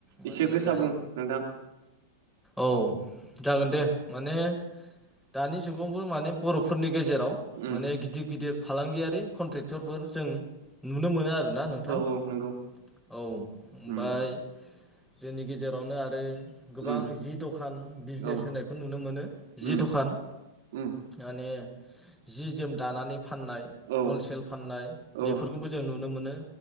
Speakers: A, in the centre; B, on the right.
A: माने
B: इसे गोसा
A: जाय
B: बुं नोंदां
A: औ जागोन दे माने दानि जुगावबो माने बर'फोरनि गेजेराव
B: उम
A: माने गिदिर गिदिर फालांगियारि कन्ट्रेक्टरफोर जों नुनो मोनो आरोना नोंथां
B: औ
A: औ
B: नंगौ
A: ओमफ्राय
B: उम
A: जोंनि गेजेरावनो आरो गोबां
B: उम
A: जि दखान बिजनेस
B: औ
A: होनाय बेखौ नुनो मोनो जि
B: उम
A: दखान
B: उम
A: माने जि जोम दानानै फाननाय
B: औ
A: हलसेल फाननाय
B: औ
A: बेफोरखौबो
B: औ
A: जों नुनो मोनो